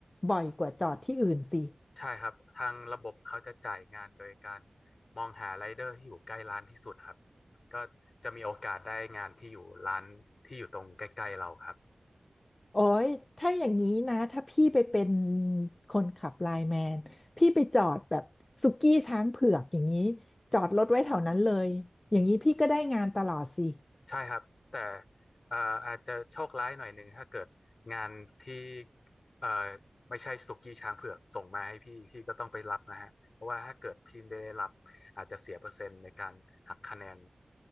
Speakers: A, on the left; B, on the left.
A: บ่อยกว่าจอดที่อื่นสิ
B: ใช่ครับทางระบบเขาจะจ่ายงานโดยการมองหาไรเดอร์ที่อยู่ใกล้ร้านที่สุดครับก็จะมีโอกาสได้งานที่อยู่ร้านที่อยู่ตรงใกล้ๆเราครับ
A: โอ้ยถ้าอย่างนี้นะ ถ้าพี่ไปเป็นคนขับไลน์แมนพี่ไปจอดแบบสุกี้ช้างเผือกอย่างนี้จอดรถไว้แถวนั้นเลย อย่างนี้พี่ก็ได้งานตลอดสิ
B: ใช่ครับแต่เอ่ออาจจะโชคร้ายหน่อยหนึ่งถ้าเกิดงานที่เอ่อไม่ใช่สุกี้ช้างเผือกส่งมาให้พี่พี่ก็ต้องไปรับนะฮะเพราะว่าถ้าเกิดพี่ไม่ได้รับอาจจะเสียเปอร์เซ็นต์ในการหักคะแนน